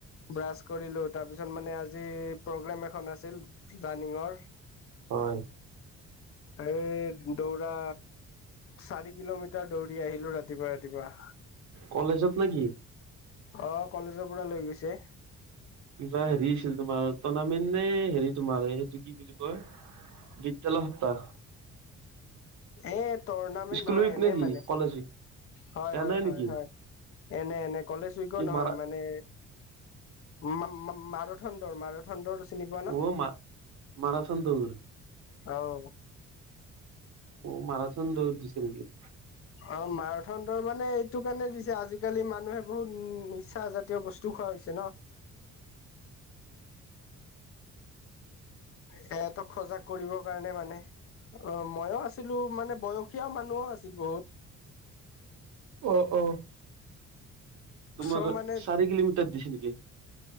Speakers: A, on the left (about 50°); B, on the right (about 70°).
A: ব্ৰাছ কৰিলো তাৰ পিছত মানে আজি প্ৰগ্ৰেম এখন আছিল ৰাণিঙৰ-
B: হয়।
A: এই দৌৰা চাৰি কিলোমিটৰ ছিদা দৌৰি আহিলো ৰাতিপুৱা ৰাতিপুৱা।
B: কলেজত নেকি?
A: অ কলেজৰ পৰা লৈ গৈছে।
B: কিবা হেৰি আছিল তোমাৰ টৰ্ণামেণ্ট নে হেৰি তোমাৰ সেইটো কি বুলি কয়। বিদ্যালয় সত্তাহ
A: এ টুৰ্ণামেণ্ট
B: স্কুল
A: নহয়
B: উইক
A: এনে
B: নে কি
A: মানে
B: কলেজ উইক
A: হয়
B: এয়া
A: হয়
B: নাই নেকি
A: হয় হয়। এনে এনে কলেজ উইকো
B: কি
A: নহয়
B: মাৰা
A: মানে মা মা মা মাৰাথাণ দৌৰ মাৰাথান দৌৰ চিনি পোৱা ন
B: অ মা মৰাথান দৌৰ।
A: অ
B: অ মাৰাথোন দৌৰ দিছে নকি?
A: অ মাৰাথান মানে এইটো কাৰণে দিছে আজিকালি মানুহে বহুত নিচা জাতীয় বস্তু খোৱা হৈছে ন। সহতক সজাগ কৰিবৰ কাৰণে মানে। অ মইো আছিলো মানে বয়সীয়া মানুহোও আছিল বহুত
B: অ অ তোমাৰ
A: চ' মানে
B: চাৰি কিলোমিটাৰ দিছে নেকি